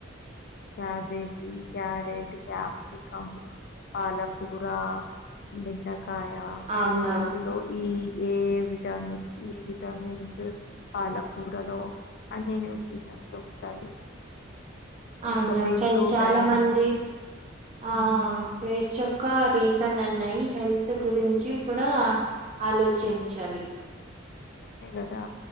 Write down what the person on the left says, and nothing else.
క్యాబేజీ క్యారెట్ క్యాప్సికమ్ పాలకూరా బెండకాయ
అందులో ఈ ఏ విటామిన్స్ ఈ విటామిన్స్ పాలకూరలో అన్ని న్యూట్రిషన్స్ దొరుకుతాయి
ఇంకా బీట్రూట్
అనేసి
ఉమ్,
అంతే కదా